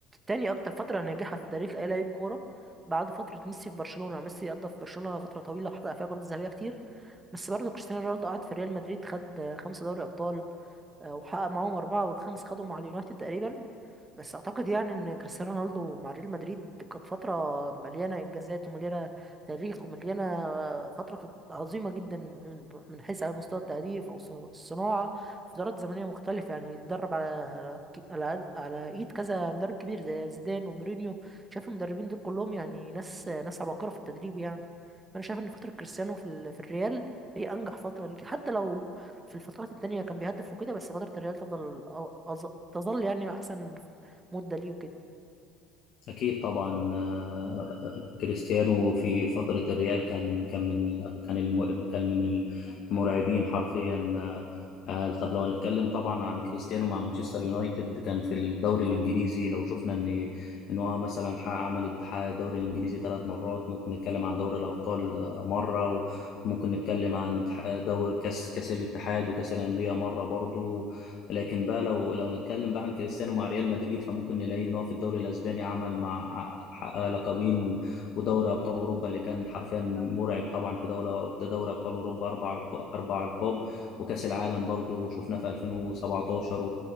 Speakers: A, on the right; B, on the left.
A: تاني أكتر فترة ناجحة في تاريخ أي لاعب كورة بعد فترة ميسي في برشلونة ميسي قضى في برشلونة فترة طويلة وحقق فيها كرات ذهبية كتير بس برضه كريستيانو رونالدو قعد في ريال مدريد خد خمسة دوري أبطال آه، وحقق معاهم أربعة والخامس خدهم مع اليونايتد تقريبا بس اعتقد يعني ان كريستيانو رونالدو مع ريال مدريد كانت فتره مليانه انجازات ومليانه تاريخ ومليانه فتره كانت عظيمه جدا من من حيث على مستوى التهديف او الص- الصناعه في فترات زمنيه مختلفه يعني اتدرب على على ك- على على ايد كذا مدرب كبير زي زيدان ومورينيو شايف المدربين دول كلهم يعني ناس ناس عباقره في التدريب يعني فانا شايف ان فتره كريستيانو في ال... في الريال هي انجح فتره ليه حتى لو في الفترات التانية كان بيهدف وكده بس فترة الريال تفضل أو- أظ- تظل يعني أحسن مده ليه وكده
B: أكيد طبعا آه، كريستيانو في فترة الريال كان كان من كان الم... كان من المرعبين حرفيا آه، آه، طب لو هنتكلم طبعا عن كريستيانو مع مانشستر يونايتد كان في الدوري الإنجليزي لو شفنا إن إن هو مثلا حقق- عمل حقق الدوري الإنجليزي ثلاث مرات ممكن نتكلم عن دوري الأبطال آه، مرة وممكن نتكلم عن اتح- دوري كأس كأس الاتحاد وكأس الأندية مرة برضو لكن بقى لو لو نتكلم بقى عن كريستيانو مع ريال مدريد فممكن نلاقي ان هو في الدوري الاسباني عمل مع حقق لقبين و- ودوري ابطال اوروبا اللي كان حرفيا مرعب طبعا في دوله ده دوري ابطال اوروبا اربع الق- اربع القاب وكاس العالم برضو شفناه في 2017